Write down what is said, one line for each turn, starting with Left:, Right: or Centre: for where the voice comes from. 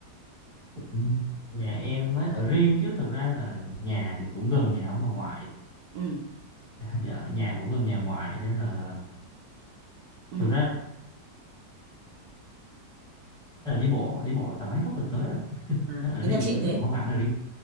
Centre: cũng- nhà em nói ở riêng chứ thực ra là nhà thì cũng gần nhà ông bà ngoại
Right: <laughs> ừ
Centre: dạ
Right: ừ
Centre: nhà cũng gần nhà ngoại nên là
Right: ừ
Centre: thực ra là đi bộ đi bộ tầm mấy phút là tới rồi
Right: à,
Centre: nó ở
Right: thế
Centre: riêng
Right: nhà
Centre: vậy
Right: chị
Centre: thôi
Right: cũng thế
Centre: chứ cũng không hẳn là riêng